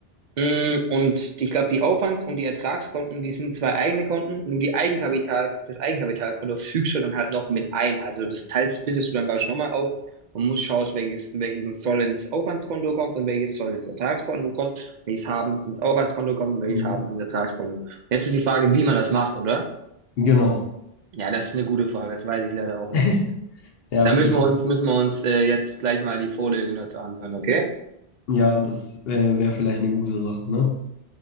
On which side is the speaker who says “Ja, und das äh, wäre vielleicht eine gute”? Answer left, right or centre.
Left